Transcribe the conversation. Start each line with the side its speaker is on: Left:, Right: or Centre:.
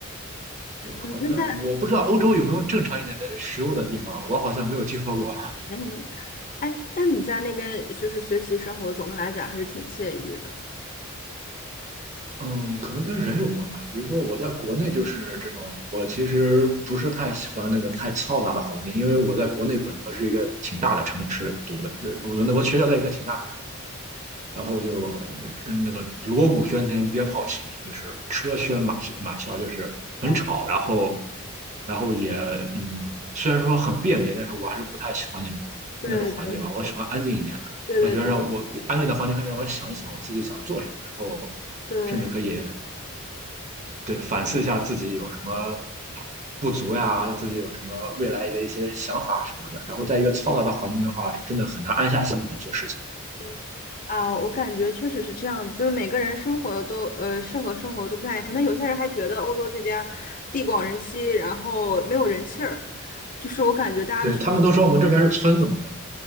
Right: 对，
Left: 嗯，
Right: 好像我不知道欧洲有没有正常一点的食物的地方，
Left: 那在
Right: 我好像没有听说过。
Left: <laughs> 嗯，哎，那你在那边就是学习生活，总的来讲还是挺惬意的。
Right: 嗯，可能跟人有关吧。比如说，我在国内就是这种，我其实不是太喜欢那个太嘈杂的环境，因为我在国内本科是一个挺大的城市读的，呃，我那我学校在一个挺大的城市然后就呃那个锣鼓喧天，
Left: 嗯，
Right: 鞭炮齐鸣，就是车喧马马啸，就是很吵，
Left: 哎
Right: 然后然后也嗯，虽然说很便捷，但是我还是不太喜欢那种那种环境吧，
Left: 对对
Right: 我喜欢安静一点的，
Left: 对对对
Right: 我喜欢让我安静的环境，让我想一想我自己想做什么，然后
Left: 对。
Right: 甚至可以。对，反思一下自己有什么不足呀，自己有什么未来的一些想法什么的。然后在一个嘈杂的环境的话，真的很难安下心来做事情。
Left: 嗯啊，我感觉确实是这样，就是每个人生活的都呃适合生活的都不太一样，可能有些人还觉得欧洲这边地广人稀，然后没有人气儿，就是我感觉大家的选择，
Right: 对，他们都说我们这边是村子嘛，对吧？